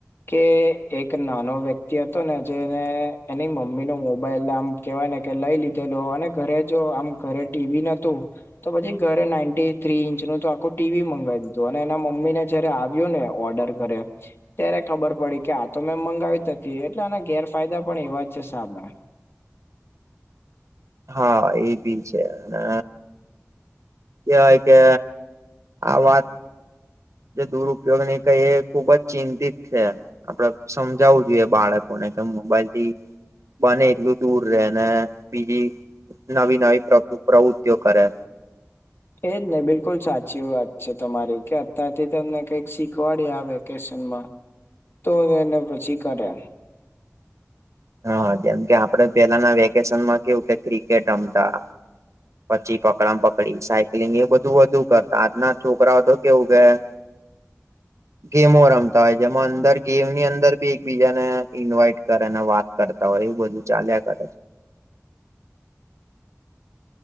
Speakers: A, on the left; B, on the right.
A: કે એક નાનો વ્યક્તિ હતો ને, જેને એની મમ્મી નો મોબાઈલ આમ. કેવાય ને કે, લઈ લીધેલો, અને ઘરે જો આમ ઘરે ટીવી નતું. તો પછી ઘરે નાઈન્ટી થ્રી ઇંચ નું તો આખું. ટીવી મગાવી દીધું, અને એના મમ્મી ને જયારે આવ્યો ને, ઓર્ડર કરે. ત્યારે ખબર પડી કે, આ તો મેં મંગાવી હતી, એટલે આના ગેરફાયદા પણ એવા છે, સાબા
B: હા, એ બી છે. અને કેવાય કે, આ વાત જે દુરપયોગ નહી કે, એ ખુબ જ ચિંતિત છે. આપડે સમજાવવું જોઈએ બાળકોને, કે મોબાઈલ થી. બને એટલું દૂર રે ને, બીજી નવી-નવી પ્રવૃતિઓ કરે.
A: એ જ નહીં, બિલકુલ સાચી વાત છે તમારી કે અતારથી તમને કઈક શીખવાડે આ વેકેશનમાં. તો એને પછી કરે.
B: હા, જેમ કે, આપડે પેલાના વેકેશનમાં કેવું કે ક્રિકેટ રમતા. પછી પકડા પકડી સાયકલિંગ એ બધું વધું કરતા આજના છોકરાઓ તો કેવું ગ <inaudible> ગેમો રમતા હોય જેમાં અંદર ગેમની અંદર બી એકબીજા ને ઇન્વાઈટ કરે ને વાત કરતા હોય એવું બધું ચાલ્યા કર